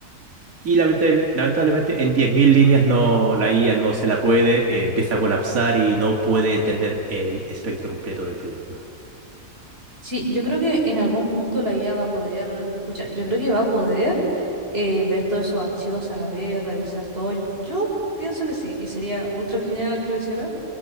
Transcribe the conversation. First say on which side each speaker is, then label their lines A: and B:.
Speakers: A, on the right (about 80°); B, on the right (about 45°).
A: Y lamentable- lamentablemente en 10.000 líneas no, la IA no se la puede, eh, empieza a colapsar y no puede entender el espectro completo del proyecto.
B: Sí, yo creo que en algún punto la IA va a poder, escucha, yo creo que va a poder eh, ver todos esos archivos a la vez, revisar todo. Yo pienso que sí, y sería ultra genial que lo hiciera,